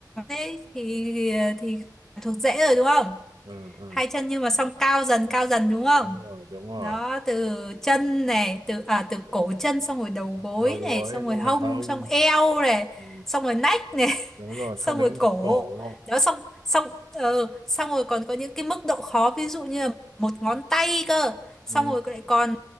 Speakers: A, in the centre; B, on the right.
A: thế thì thì thuộc dễ rồi đúng không?
B: ừ, ừ.
A: Hai chân nhưng mà xong cao dần cao dần đúng không?
B: đúng rồi đúng rồi
A: Đó từ chân này, từ à từ cổ chân xong rồi đầu gối
B: đầu gối
A: này, xong rồi
B: xong
A: hông,
B: rồi hông
A: xong eo này,
B: ừ,
A: xong rồi nách này.
B: đúng rồi
A: xong
B: xong đến
A: rồi cổ
B: cổ
A: đó xong xong ờ, xong rồi còn có những cái mức độ khó ví dụ như là một ngón tay cơ xong
B: ừ.
A: rồi lại còn